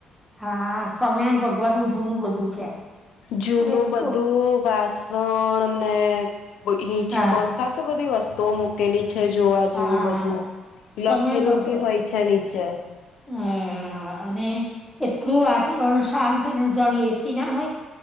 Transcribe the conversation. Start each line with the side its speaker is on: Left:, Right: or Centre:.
Centre: હા, સમય ભગવાનનું જૂનું બધું છે.
Left: જૂનું
Centre: અને એટલું
Left: બધું વાસણ ને હિંચકોન
Centre: હા
Left: ખાસું બધી વસ્તુઓ મૂકેલી છે, જોવા
Centre: હા
Left: જેવું બધું,
Centre: હા સમય
Left: લખેલું
Centre: ભગવા
Left: બી હોય છે નીચે.
Centre: હા, અને એટલું વાતાવરણ શાંત ને જાણે એ સી ના હોય.